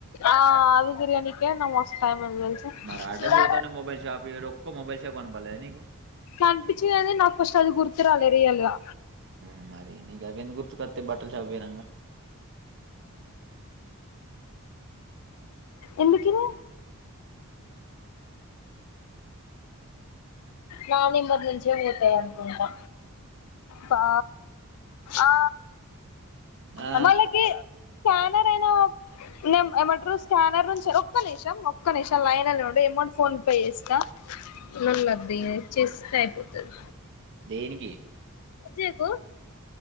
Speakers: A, on the left (about 80°); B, on the right (about 55°).
A: ఆ అవి తిరుగనికే నాకు మస్త్ టైం అయింది తెలుసా
B: మరి అటే పోతాంటే మోబైల్ షాపు ఇక్కడ ఒక్క మోబైల్ షాపు కనపడలేదా నీకు
A: కనిపించింది కానీ నాకు ఫస్ట్ అది గుర్తు రాలే రియల్ గా
B: ఆ మరి నీకు అవెందుకు గుర్ కతే బట్టల్ షాపు పోయినంగ
A: ఎందుకిదే నా నెంబర్ నుంచి తిగ పోతాయనుకుంటా పా ఆ
B: ఆ
A: ఎమలికి ఫైవ్ హండ్రెడ్ అయినా నెం ఏమంటరు స్కానర్ నుంచి ఒక్క నిషం ఒక్క నిషం లైన్లనే ఉండు ఎమౌంట్ ఫోన్ పే చేస్తా లొల్లద్దు ఇగ చేస్తే అయిపోతది
B: దేనికి
A: యకు